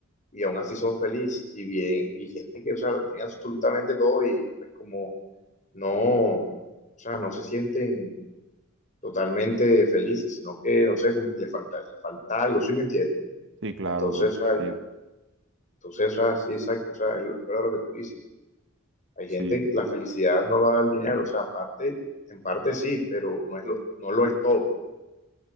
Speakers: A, on the left (about 40°); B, on the right (about 65°).
A: y aún así son felices y bien, y gente que, o sea, lo tiene absolutamente todo y pues como no, o sea, no se sienten totalmente felices, sino que, no sé, como que les falta, les falta algo, ¿sí me entiendes?
B: Sí, claro,
A: Entonces,
B: bro,
A: o sea,
B: entiendo.
A: entonces, o sea, sí, exacto, o sea, es, lo- es verdad lo que tú dices. Hay
B: Sí,
A: gente, la felicidad no lo da el dinero, o sea, aparte, en parte sí, pero no es lo, no lo es todo.